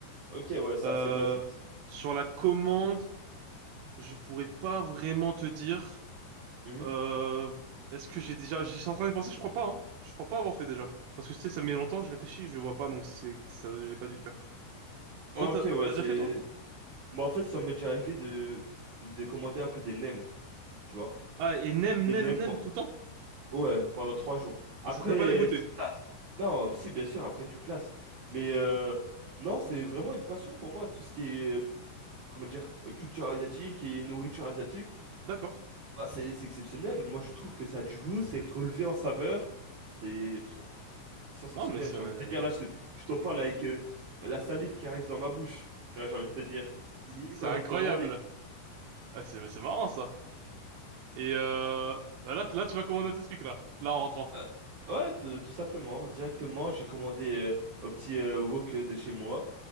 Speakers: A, on the right; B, on the right.
A: Ok, ouais, c'est
B: Euh,
A: assez basique.
B: sur la commande, je pourrais pas vraiment te dire.
A: Mhm.
B: Euh, est-ce que j'ai déjà... J'y suis en train de penser, je crois pas, hein. Je crois pas avoir fait déjà. Parce que tu sais, ça met longtemps, je réfléchis, je vois pas, donc c'est que ça, j'ai pas dû le faire.
A: Ok,
B: Toi, t'as
A: ouais,
B: t'as
A: c'est...
B: déjà fait, toi?
A: Bah, en fait, ça m'est déjà arrivé de, de commander un peu des nems, tu vois.
B: Ah, et nem,
A: Des
B: nem,
A: nems
B: nem
A: pour...
B: tout le temps?
A: ouais, pendant trois jours. Après,
B: Et ça t'a pas dégoûté?
A: tu te lasses. Non, bah si, bien sûr, après, tu te lasses. Mais euh, non, c'est vraiment une passion pour moi, tout ce qui est, euh, comment dire, euh, culture asiatique et nourriture asiatique.
B: D'accord.
A: Bah, c'est c'est exceptionnel. Moi, je trouve que ça a du goût, c'est relevé en saveur. C'est pff, sensationnel.
B: Ah, mais ça...
A: J'ai envie
B: <laughs>
A: de te dire, là, je te- je t'en parle avec euh, la salive qui arrive dans ma bouche. Tu vois, j'ai envie de te dire. J'ai limite
B: c'est
A: envie
B: incroyable!
A: de commander.
B: Ah, c'est c'est marrant, ça. Et euh... bah là, t- là, tu vas commander tes trucs, là. Là, en rentrant.
A: Euh, ouais, tout, tout simplement. Directement, j'ai commandé euh, au petit euh, wok de chez moi,